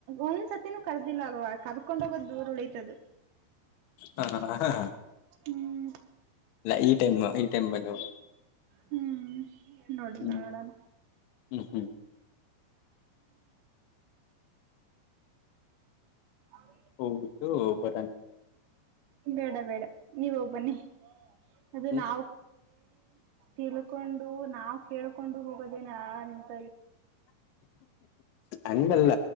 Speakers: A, on the right; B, on the left.
A: ಒಂದ್ಸತಿನೂ ಕರ್ದಿಲ್ಲ ಅಲ್ವಾ ಕರ್ಕೊಂಡ್ ಹೋಗೋದ್ ದೂರ್ ಉಳೀಿತದ
B: ಹ ಹಾ ಹ
A: ಹ್ಮ್
B: ಇಲ್ಲ ಈ ಟೈಮ್ ಈ ಟೈಮ್ ಬನ್ನಿ ಹೋಗೋಣ
A: ಹ್ಮ್ ನೋಡಣ
B: ಹ್ಮ್
A: ನೋಡಣ
B: ಹ್ಮ್ ಹ್ಮ್
A: <unintelligible>
B: ಹೋಗಟ್ಟು ಬರಾನ
A: ಬೇಡ ಬೇಡ ನೀವ ಹೋಗ್ ಬನ್ನಿ ಅದು
B: ಹ್ಮ್
A: ನಾವ ತಿಳ್ಕೊಂಡು ನಾವು ಕೇೇಳಕೊಂಡು ಹೋಗೋದೇ ನಿ <unintelligible>
B: ಅಂಗಲ್ಲ